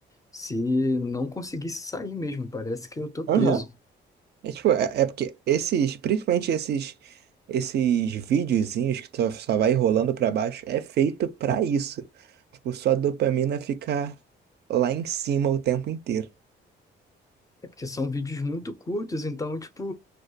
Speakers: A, on the left (about 15°); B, on the right (about 55°).
A: se não conseguisse sair mesmo, parece que eu tô preso.
B: Aham. É tipo, é, é porque esses, principalmente esses, esses videozinhos que só, só vai rolando pra baixo, é feito pra isso. Tipo, sua dopamina ficar lá em cima o tempo inteiro.
A: É porque são vídeos muito curtos, então, tipo,